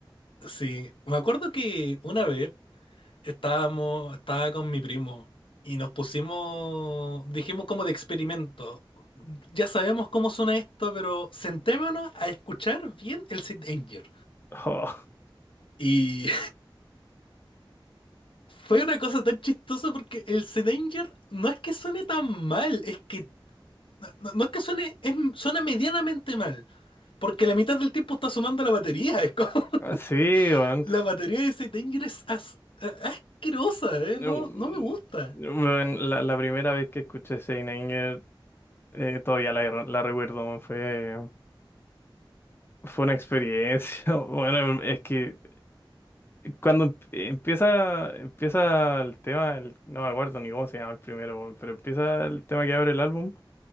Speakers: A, on the left; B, on the left.
A: Sí, me acuerdo que una vez estábamos, estaba con mi primo y nos pusimos, dijimos como de experimento. Ya sabemos cómo suena esto, pero sentémonos a escuchar bien el Sid Danger.
B: <laughs>
A: Y <laughs> fue una cosa tan chistosa porque el Sid Danger no es que suene tan mal, es que no, no- no es que suene, es- suena medianamente mal, porque la mitad del tiempo está sonando la batería. Es como, <laughs>
B: Sí, weón.
A: la batería de Sid Danger es as- a- asquerosa, ¿eh?
B: Mm,
A: No, no me gusta.
B: weón, la, la primera vez que escuché Saint Anger, eh, todavía la, la recuerdo, weón, fue. Fue una experiencia. <laughs> Bueno, es que cuando em- empieza, empieza el tema, el- no me acuerdo ni cómo se llama el primero, weón, pero empieza el tema que abre el álbum